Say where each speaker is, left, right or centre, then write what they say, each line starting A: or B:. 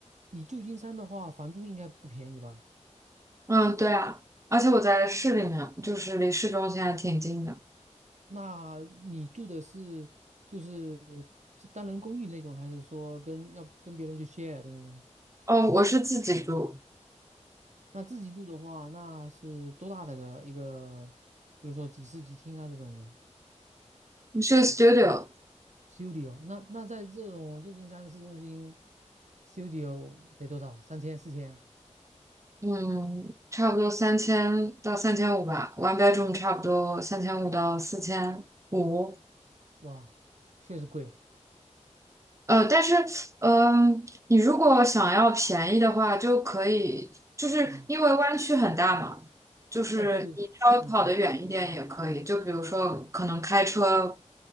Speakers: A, on the right (about 70°); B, on the right (about 25°).
A: 你旧金山的话，房租应该不便宜吧？
B: 嗯，对啊，而且我在市里面，就是离市中心还挺近的。
A: 那你住的是就是是单人公寓那种，还是说跟要跟别人去 share 的那种？
B: 哦，我是自己住，
A: 那自己住的话，那是多大的个一个，比如说几室几厅啊这种的
B: 是个 studio，
A: studio？那那在这种旧金山市中心 studio 得多少？三千四千？
B: 嗯，差不多三千到三千五吧，one bedroom 差不多三千五到四千五。
A: 哇，确实贵。
B: 呃，但是，嗯、你如果想要便宜的话，就可以，就是因为湾区很大嘛，
A: 嗯，
B: 就是你稍微跑得远一点也可以，
A: 啊，对对。嗯。
B: 就比如说可能开车